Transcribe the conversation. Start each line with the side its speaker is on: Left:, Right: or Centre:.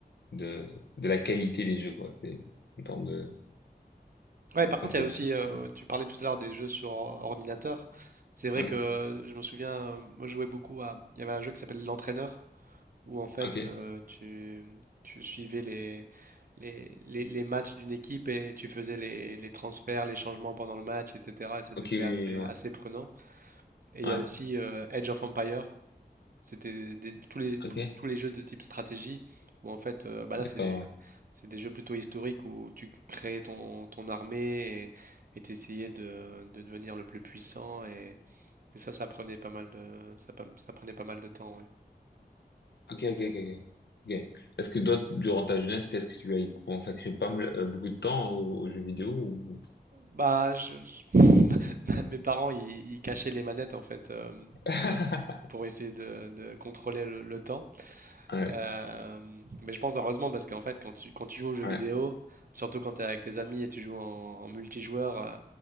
Left: de de la qualité des jeux quoi. C'est en termes de
Right: Ouais,
Left: de
Right: par
Left: conception.
Right: contre, il y a aussi, euh,
Left: c'est bon.
Right: tu parlais tout à l'heure des jeux sur or- ordinateur. C'est vrai
Left: Oui.
Right: que euh, je me souviens, euh, moi je jouais beaucoup à, il y avait un jeu qui s'appelle L'Entraîneur, où en fait
Left: Ok.
Right: euh, tu, tu suivais les, les, les- les matchs d'une équipe et tu faisais les, les transferts, les changements pendant le match, etc. Et ça c'était
Left: Ok. Oui.
Right: assez,
Left: oui, Ouais.
Right: assez prenant. Et il
Left: Ouais.
Right: y a aussi euh, Age of Empire. C'était des- tous les, tous,
Left: Ok.
Right: tous les jeux de type stratégie où en fait, euh, bah là,
Left: D'accord.
Right: c'est
Left: Ouais.
Right: c'est des jeux plutôt historiques où tu créais ton, ton armée et tu essayais de, de devenir le plus puissant. Et, et ça, ça prenait pas mal de, ça, pa- ça prenait pas mal de temps. ouais.
Left: Ok. Ok. Ok. Ok. Ok. Est-ce que toi, durant ta jeunesse, est-ce que tu as y consacré pas mal, euh, beaucoup de temps aux, aux jeux vidéo ou...
Right: Bah, je- je- <laughs> mes parents, ils, ils cachaient les manettes en fait euh,
Left: <laughs>
Right: euh, pour essayer de, de contrôler le, le temps.
Left: Ouais.
Right: Euh, mais je pense heureusement parce qu'en fait, quand tu, quand tu joues aux jeux vidéo,
Left: Ouais.
Right: surtout quand tu es avec tes amis et tu joues en, en multijoueur, euh,